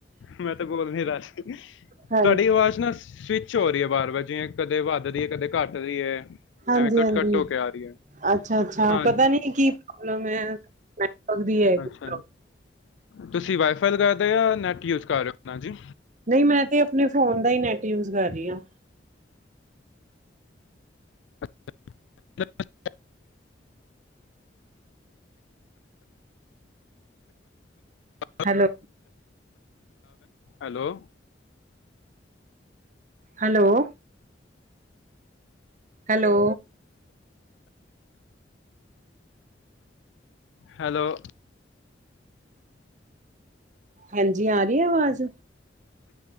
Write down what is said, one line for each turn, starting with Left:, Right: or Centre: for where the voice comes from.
Left: ਮੈਂ ਤੇ ਬੋਲ ਨ ਦਸ ਤੁਹਾਡੀ
Right: ਹਾਂਜੀ,
Left: ਆਵਾਜ਼ ਨਾ ਸਵੀ ਸਵਿਚ ਹੋ ਰਹੀ ਹੈ ਬਾਰ-ਵਾਰ ਜਿਵੇਂ ਕਦੇ ਵੱਧਦੀ ਹੈ ਕਦੇ ਘੱਟ ਰਹੀ ਹੈ।
Right: ਹਾਂਜੀ-ਹਾਂਜੀ,
Left: ਐਵੇਂ ਕੱਟ-ਕੱਟ ਹੋ ਕੇ ਆ ਰਹੀ ਹੈ
Right: ਅੱਛਾ-ਅੱਛਾ,
Left: ਹਾਂ
Right: ਪਤਾ ਨੀ ਕੀ ਪ੍ਰੋਬਲਮ ਹੈ? ਨੈਟਵਰਕ ਦੀ ਹੈ ਕੋਈ
Left: ਅੱਛਾ,
Right: ਪ੍ਰੋਬਲਮ।
Left: ਤੁਸੀਂ ਵਾਈਫਾਈ ਲਗਾਏਦਾ ਹੋ ਜਾਂ ਨੈਟ ਯੂਜ ਕਰ ਰਹੇ ਹੋ ਅਪਨਾ ਜੀ?
Right: ਨਹੀਂ, ਮੈਂ ਤੇ ਆਪਣੇ ਫੋਨ ਦਾ ਹੀ ਨੈਟ ਯੂਜ ਕਰ ਰਹੀ ਹਾਂ।
Left: ਅ। <unintelligible> <unintelligible>
Right: Hello.
Left: Hello.
Right: Hello. Hello.
Left: Hello.
Right: ਹਂਜੀ, ਆ ਰਹੀ ਆਵਾਜ਼?